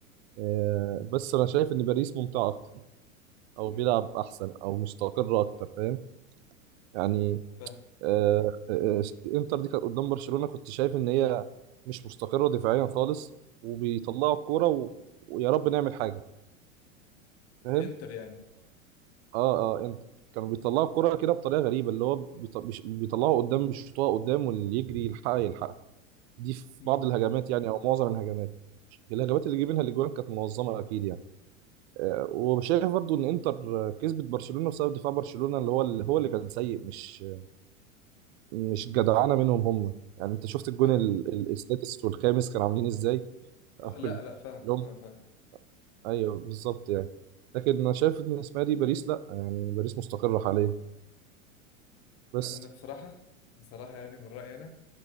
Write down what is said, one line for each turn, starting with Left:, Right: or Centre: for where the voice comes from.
Right: آه، بس انا شايف ان باريس ممتع اكتر او بيلعب
Left: امم
Right: احسن او مستقر اكتر فاهم يعني
Left: فاهم
Right: آه، آه، آه، انتر دي كانت قدام برشلونه كنت شايف ان هي مش مستقره دفاعيا خالص وبيطلعوا الكوره و- ويا رب نعمل حاجه
Left: في
Right: فاهم
Left: انتر يعني
Right: اه اه انت كانوا بيطلعوا الكرة كده بطريقة غريبة اللي هو بيط- بيش- بيطلعوا قدام بيشوطوها قدام واللي يجري يلحقها يلحقها دي في
Left: امم
Right: بعض الهجمات يعني او معظم الهجمات الهجمات اللي جه منها الاجوان كانت منظمة اكيد يعني آه وشايف برضو ان انتر آه، كسبت برشلونة بسبب دفاع برشلونة اللي هو اللي هو اللي كان سيء مش آه، مش جدعانة منهم هم يعني انت شفت الجون
Left: فاهم
Right: ال- ال- السادس والخامس كانوا عاملين ازاي <laughs>
Left: آه،
Right: او
Left: لا
Right: ال-
Left: لا فاهم
Right: اللي هم
Left: فاهم
Right: <laughs>
Left: فاهم.
Right: ايوه بالظبط يعني لكن انا شايف ان اسمها دي باريس لا يعني باريس مستقرة حاليا بس
Left: انا أنا بصراحة بصراحة يعني من رايي انا